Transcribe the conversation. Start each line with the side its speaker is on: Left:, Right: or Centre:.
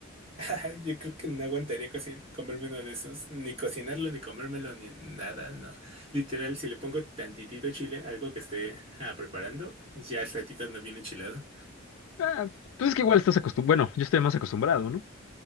Right: <laughs> Yo creo que no aguantaría cocina, comerme uno de esos, ni cocinarlo, ni comérmelo, ni nada, no. Literal, si le pongo tantitito chile, algo que esté ah, preparando, ya el ratito no viene enchilado.
Left: Ah, pues es que igual estás acostumbrado, bueno, yo estoy más acostumbrado, ¿no?